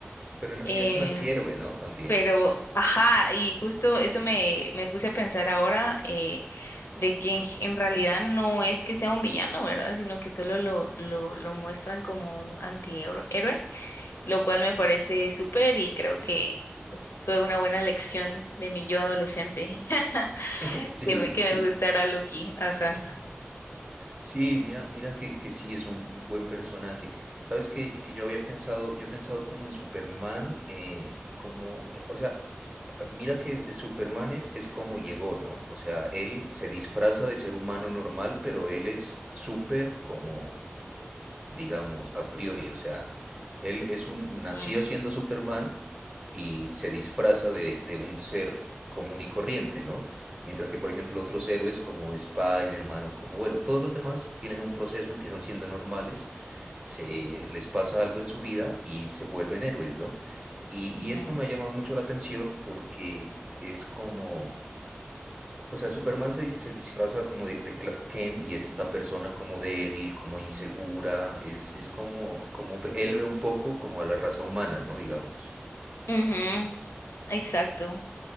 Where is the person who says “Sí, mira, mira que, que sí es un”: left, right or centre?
Right